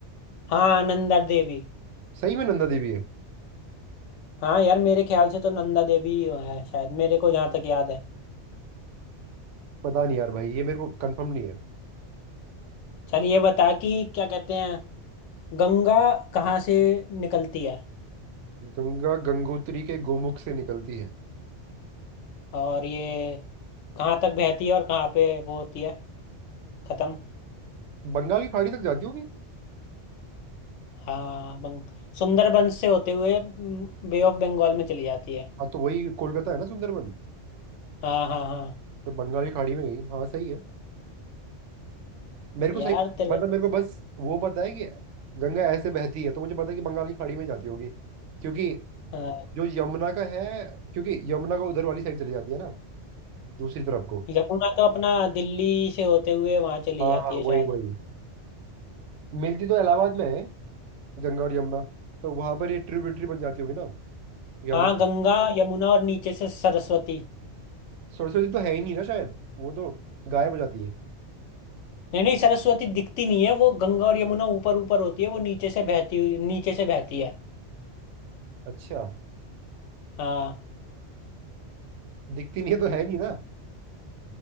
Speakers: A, on the left; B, on the right.
A: हाँ नंदा देवी
B: सही में नंदा देवी है
A: हाँ यार मेरे ख्याल से तो नंदा देवी ही है शायद मेरे को जहाँ तक याद है
B: पता नहीं यार भाई ये मेरे को कंफर्म नहीं है
A: चल ये बता कि क्या कहते हैं गंगा कहाँ से निकलती है
B: गंगा गंगोत्री के गोमुख से निकलती है
A: और ये कहाँ तक बहती है और कहाँ पे वो होती है खत्म
B: बंगाल की खाड़ी तक जाती होगी
A: हाँ बंग सुंदरबन से होते हुए बे ऑफ बंगाल में चली जाती है
B: हाँ तो वही कोलकाता है ना सुंदरबन
A: हाँ हाँ हाँ
B: तो बंगाल की खाड़ी में गई हाँ सही है मेरे को
A: यार
B: सही
A: तेरे
B: मतलब
A: को
B: मेरे को बस वो पता है कि गंगा ऐसे बहती है तो मुझे पता है कि बंगाल की खाड़ी में जाती होगी क्योंकि
A: हाँ,
B: जो यमुना का है क्योंकि यमुना का उधर वाली साइड चली जाती है ना दूसरी तरफ को
A: यमुना तो अपना दिल्ली से होते हुए वहां चली
B: हाँ
A: जाती
B: हाँ वही
A: है शायद
B: वही मिलती तो इलाहाबाद में है गंगा और यमुना तो वहां पर ये ट्रिब्यूटरी बन जाती होगी ना यमुना
A: हाँ गंगा यमुना और नीचे से सरस्वती
B: सरस्वती तो है ही नहीं ना शायद वो तो गायब हो जाती है
A: नहीं नहीं सरस्वती दिखती नहीं है वो गंगा और यमुना ऊपर ऊपर होती है वो नीचे से बहती हुई नीचे से बहती है
B: अच्छा
A: हाँ
B: दिखती नहीं है तो है नहीं ना